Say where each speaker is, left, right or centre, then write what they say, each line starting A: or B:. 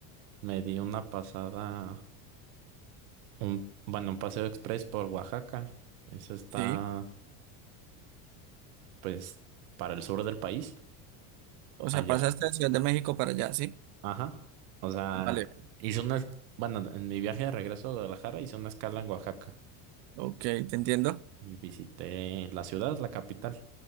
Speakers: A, on the right; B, on the right.
A: me di una pasada Un, bueno, un paseo express por Oaxaca. Eso está,
B: sí.
A: pues, para el sur del país,
B: O
A: allá.
B: sea, pasaste de Ciudad de México para allá, ¿sí?
A: Ajá. O sea,
B: Vale,
A: hice una, es- bueno, en mi viaje de regreso a Guadalajara hice una escala en Oaxaca
B: ok, te entiendo.
A: y visité la ciudad, la capital.